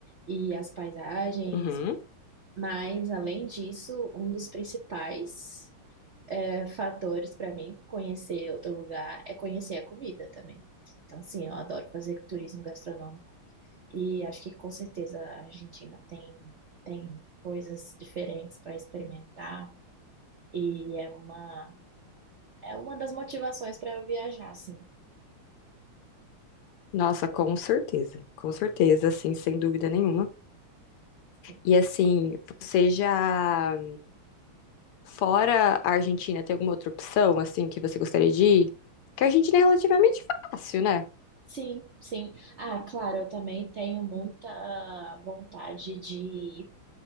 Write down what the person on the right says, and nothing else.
e as paisagens,
mas além disso, um dos principais. é, fatores para mim conhecer outro lugar é conhecer a comida também. Então, sim, eu adoro fazer turismo gastronômico e acho que com certeza a Argentina tem, tem coisas diferentes para experimentar e é uma, é uma das motivações para eu viajar, sim.
Sim,
sim. sim. Ah, claro, eu também tenho muita vontade de ir